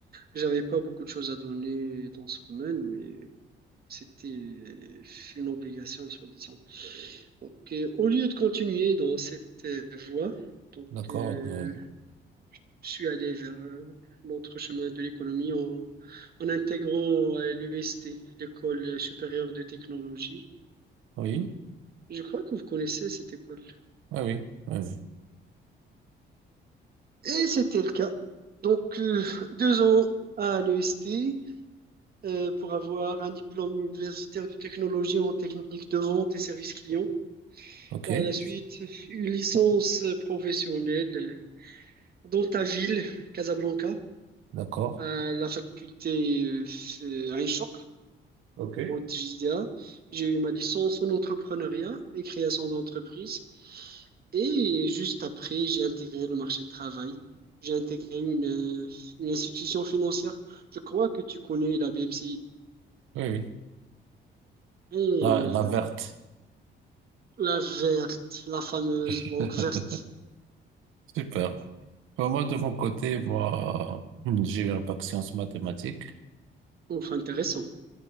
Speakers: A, on the right; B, on the right.
A: j'avais pas beaucoup de choses à donner dans ce domaine, mais c'était euh, une obligation, soi-disant. Donc, euh, au lieu de continuer dans cette euh, voie, donc,
B: D'accord.
A: euh,
B: euh,
A: je suis allé vers euh, l'autre chemin de l'économie en, en intégrant l'EST, l'École supérieure de technologie.
B: oui.
A: Je crois que vous connaissez cette école.
B: Oui, oui. oui, oui.
A: Et c'était le cas. Donc, euh, deux ans à l'EST euh, pour avoir un diplôme universitaire de technologie en technique de vente et service client.
B: OK.
A: Par la suite, une licence professionnelle dans ta ville, Casablanca,
B: D'accord.
A: à la faculté euh, Ain Choc.
B: OK. Oui,
A: route JDA. J'ai eu ma licence en entrepreneuriat et création d'entreprise. Et juste après, j'ai intégré le marché du travail. J'ai intégré une, euh, une institution financière. Je crois que tu connais la BMCI.
B: oui.
A: Et
B: La, la
A: voilà.
B: verte.
A: La verte, la fameuse banque
B: <laughs>
A: verte.
B: Super. Pour moi, de mon côté, moi, euh, j'ai eu un bac sciences mathématiques.
A: Ouf, intéressant.